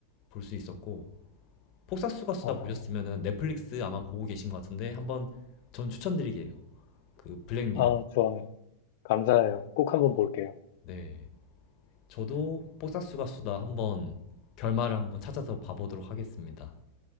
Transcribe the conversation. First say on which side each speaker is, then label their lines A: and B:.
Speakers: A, on the left; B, on the left.
A: 볼 수 있었고 폭삭수가 수다
B: 어,
A: 보셨으면은 넷플릭스 아마 보고 계신 것 같은데 한번 전 추천드리게요. 그 블랙미러.
B: 아, 좋아요. 감사해요. 꼭 한번 볼게요.
A: 네. 저도 폭삭수가 수다 한번 결말을 한번 찾아서 봐보도록 하겠습니다.